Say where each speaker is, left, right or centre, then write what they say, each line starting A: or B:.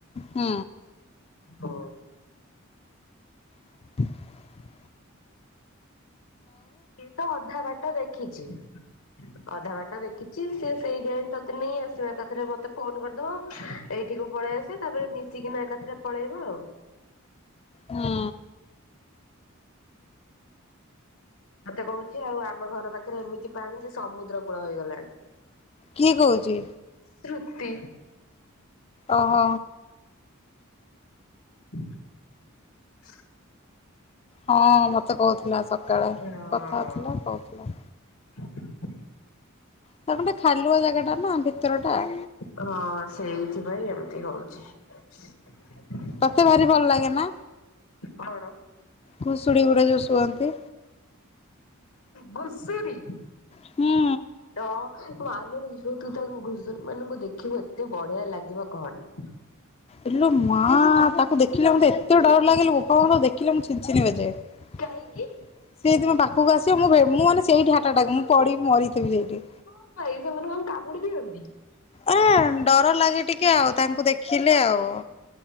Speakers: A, on the left; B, on the left.
A: ହୁଁ।
B: ହଁ
A: ହ <unintelligible>
B: ସିଏ ତ ଅଧା ବାଟା ଦେଖିଛି। ଅଧା ବାଟ ଦେଖିଛି ସିଏ ସେଇ ଯାଏଁ ତତେ ନେଇ ଆସିବ ଏକାଥରେ ମତେ ଫୋନ କରିଦବ ଏଇ ଠିକୁ ପଳେଇ ଆସିବା ତାପରେ ମିଶିକିନା ଏକା ଥରେ ପଳେଇବ ଆଉ।
A: ହୁଁ
B: ମତେ କହୁଛି ଆଉ ଆମ ଘର ପାଖରେ ଏମିତି ପାଣି ଯେ ସମୁଦ୍ର କୂଳ ହେଇଗଲାଣି।
A: କିଏ କହୁଛି?
B: ଶୁତି।
A: ଓହୋ।
B: ହ <unintelligible>
A: ହଁ ମୋତେ କହୁଥିଲା ସକାଳେ
B: ହଁ।
A: କଥା ହଉଥିଲା କହୁଥିଲା।
B: <unintelligible> <inaudible>
A: ତା ଗୋଟେ ଖାଲୁଆ ଜାଗା ଟା ନା ଭିତର ଟା
B: ହଁ ସେଇଥିପାଇଁ ଏମିତି ହଉ <unintelligible> <inaudible>
A: ତୋତେ ଭାରି ଭଲ ଲାଗେ ନା?
B: କଣ?
A: କୁଶୁଡି ଗୁଡା ଯୋଉ ଶୁଅନ୍ତି।
B: ଘଷୁରୀ?
A: ହୁଁ
B: ତ ମାଲୁ ତୁ ତୋ ଗୁ- ଘୁଷୁରୀ ମାନଙ୍କୁ ଦେ ଖିବୁ ଏତେ ବଢିଆ ଲାଗିବ କହନି।
A: ଇଲୋ ମା ତାକୁ ଦେଖିଲେ ମୋତେ ଏତେ ଡର ଲାଗେଲ ବୋ ଫୋନ୍ ଦେଖିଲେ ମୁଁ ଛିନ୍ ଛିନ୍ ହଯାଏ।
B: କାହିଁକି
A: ସିଏ ଯଦି ମୋ ବା ପାଖୁକୁ ଆସିବ ମୁଁ ଭେ ମୁଁ ମାନେ ସେଇଠି ହାଟାଟାକ୍ ମୁଁ ପଡ଼ି ମରିଥବି ସେଇଠି।
B: କଣ ପାଇଁ ସେମାନେ କଣ କାମୁଡି ଦିଅନ୍ତି
A: ଏ ଡର ଲାଗେ ଟିକେ ଆଉ ତାଙ୍କୁ ଦେଖିଲେ ଆଉ।